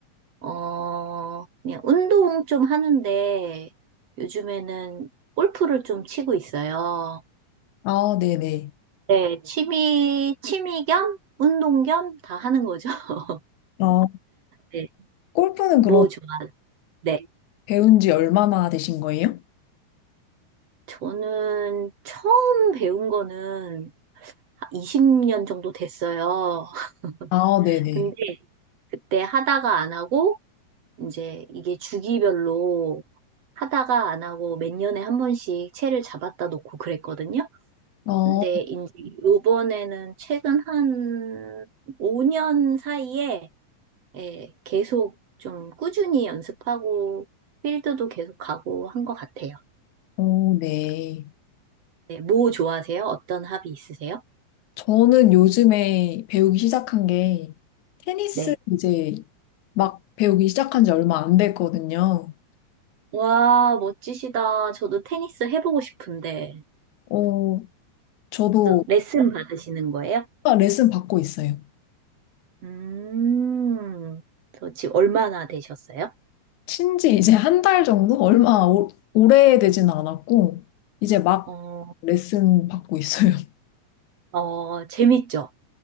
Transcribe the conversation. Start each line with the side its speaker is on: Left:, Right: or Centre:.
Right: 어, 그냥 운동 좀 하는데, 요즘에는 골프를 좀 치고 있어요.
Left: 아, 네네.
Right: 네, 취미, 취미 겸, 운동 겸 다 하는 거죠. <laughs>
Left: 아,
Right: 네,
Left: 골프는
Right: 뭐
Left: 그럼
Right: 좋아. 네.
Left: 배운 지 얼마나 되신 거예요?
Right: 저는 처음 배운 거는 20년 정도 됐어요.
Left: 아,
Right: <laughs>
Left: 네네.
Right: 근데 그때 하다가 안 하고, 이제 이게 주기별로 하다가 안 하고 몇 년에 한 번씩 채를 잡았다 놓고 그랬거든요.
Left: 어,
Right: 근데 이제 요번에는 최근 한 5년 사이에 예, 계속 좀 꾸준히 연습하고 필드도 계속 가고 한 것 같아요.
Left: 어, 네.
Right: 네, 뭐 좋아하세요? 어떤 합이 있으세요?
Left: 저는 요즘에 배우기 시작한 게 테니스
Right: 네.
Left: 이제 막 배우기 시작한 지 얼마 안 됐거든요.
Right: 와, 멋지시다. 저도 테니스 해보고 싶은데.
Left: 어, 저도
Right: 저 레슨 받으시는 거예요?
Left: 레슨 받고 있어요.
Right: 음, 저 지금 얼마나 되셨어요?
Left: 친지 이제 한 달 정도? 얼마 오, 오래되진 않았고, 이제 막
Right: 어,
Left: 레슨 받고 있어요. <laughs>
Right: 어, 재밌죠?